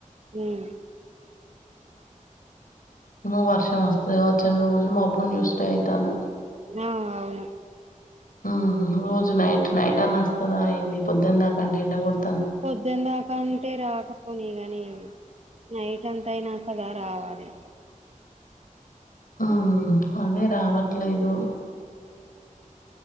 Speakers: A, on the right; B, on the left.
A: ఉమ్
B: ఏమో వర్షం వస్తది కావచ్చు అని రోజు మబ్బుని చూసిడే ఐతాంది.
A: ఆ అవును
B: ఆ రోజు నైట్ నైట్ అన్న వస్తదా ఏంది, పొద్దున్న దాకంటే ఎండ కొడు
A: పొద్దునే అక్క ఉంటే రాకపోనీ గనీ, నైట్ అంతా అయినాకలా రావాలే.
B: ఆ అదే రావట్లేదు.